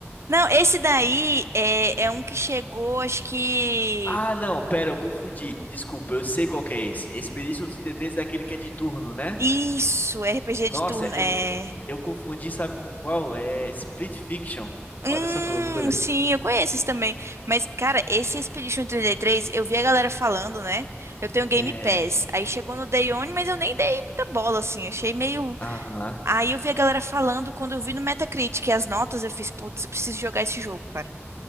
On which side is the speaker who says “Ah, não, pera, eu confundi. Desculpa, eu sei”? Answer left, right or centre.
Left